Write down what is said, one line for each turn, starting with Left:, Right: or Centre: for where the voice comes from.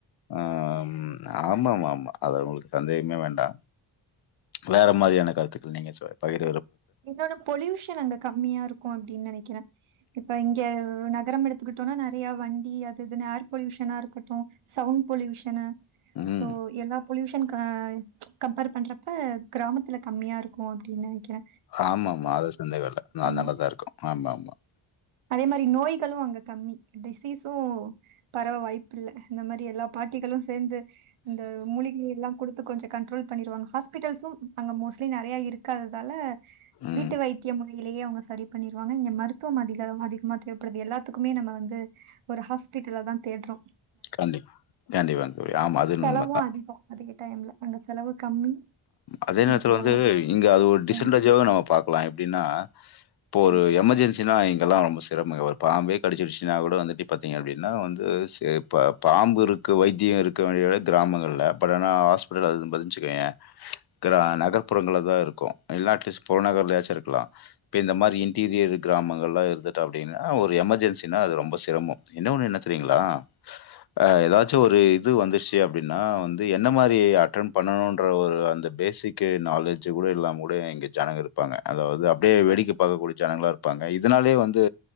Left: ஆ ம் ஆமா ஆமா ம்மா அது உங்களுக்கு சந்தேகமே வேண்டா வேற மாதிரியான கருத்துக்கள் நீங்க சொ பகிர்
Right: இன்னொன்னு பொல்யூஷன் அங்க கம்மியா இருக்கு அப்பிடின்னு நெனைக்கிறே இப்ப இங்க நகரம் எடுத்துக்கிட்டோனா நெறைய வண்டி அது இதுன்னு ஏர் பொல்யூஷனா இருக்கட்டு சவுண்ட் பொல்யூஷனு
Left: ம்.
Right: சோ எல்லாப் பொல்யூஷன் க கம்பேர் பண்ணுறப்ப கிராமத்தல கம்மியாக இருக்கு அப்பிடின்னு நெனைக்கிறே
Left: ஆமா ஆமா அது சந்தேக இல்ல நா நல்லதா
Right: தான்
Left: இருக்கு ஆமா ம் <unintelligible>
Right: அதே மாரி நோய்களு அங்க கம்மி டிசீஸு பரவ வாய்ப்பு இல்ல இந்த மாரி எல்லா பாட்டிகளு சேர்ந்து இந்த மூலிகைல்லா குடுத்து கொஞ்ச கண்ட்ரோல் பண்ணிடுவாங்க ஹாஸ்பிட்டல்ஸு அங்க மோஸ்ட்லி நெறைய இருக்காததால
Left: ம்.
Right: வீட்டு வைத்தியமு லேயே அவங்க சரி பண்ணிருவாங்க இங்க மருத்துவமாதி த அதிகமா தேவைப்படுது எல்லாத்துக்குமே நம்ம வந்து ஒரு ஹாஸ்பிட்டல்லதா தேடுறோ
Left: கண்டி கண்டிப்பாங்க தோழி ஆமா அது
Right: செலவும்
Left: உண்மைதா
Right: அதிகம் அதே டைம்ல. அங்க செலவு கம்மி.
Left: அதே
Right: இங்க
Left: நேரத்துல
Right: செலவு
Left: வந்து
Right: அதிகம்.
Left: இங்க அது ஒரு டிசடவண்டாஜ்வ
Right: ம்,
Left: நம்ம பாக்கலா எப்பிடின்னா இப்போ ஒரு
Right: ம்.
Left: எமர்ஜென்சினா இங் ட் எல்லா ரொம்ப சிரமம்ங்க ஒரு பாம்பே கடிச்சிரிச்சினா கூட வந்துட்டு ப் பாத்தீங்கனா அப்பிடின்னா வந்து சேப் இப்ப பாம்பு இருக்கு வைத்திய இருக்க வேண்டிய கிராமங்கள பட் ஆனா ஹாஸ்பிட்டல் அது பதிஞ்சுக்கேயே கிரா நகர்ப்புறங்களதா இருக்கு இல்ல அட்லீஸ்ட் புறநகர்லயாச்சு இருக்கலா இப்ப இந்த மாரி இன்டீரியர் கிராமங்கள்லா இருந்துட்ட அப்பிடின்னா ஒரு எமர்ஜென்சனா அது ரொம்ப சிரமம் என்ன ஒன்னு என்ன தெரியீங்களா. அ ஏதாச்சு ஒரு இது வந்துச்சு அப்பிடின்னா வந்து என்ன மாரி அட்டன் பண்ணணும்ன்ற ஒரு அந்த பேசிக் நாலேஜ் கூடல்லாம கூட எங்க ஜானக இருப்பாங்க அதாவது. ப்பிடியே வேடிக்க பாகக்கூடிய ஜனங்களா. ப்பாங்க இதனாலயே வந்து